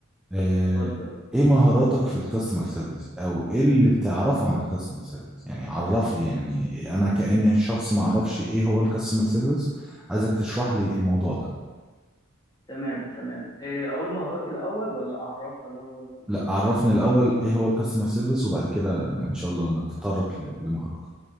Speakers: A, in the centre; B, on the left (about 20°).
A: آه،
B: اتفضل
A: ايه مهاراتك في الكاستمر سيرفيس او ايه اللي بتعرفه عن الكاستمر سيرفيس يعني عرف لي يعني انا كأني شخص ما اعرفش ايه هو الكاستمر سيرفيس عايزك تشرح لي الموضوع ده
B: تمام تمام إيه اقول مهاراتي الاول ولا اعرفها الاول ولا
A: لا عرفني الاول ايه هو الكاستمر سيرفيس وبعد كده ان شاء الله نتطرق ل- لمهاراتك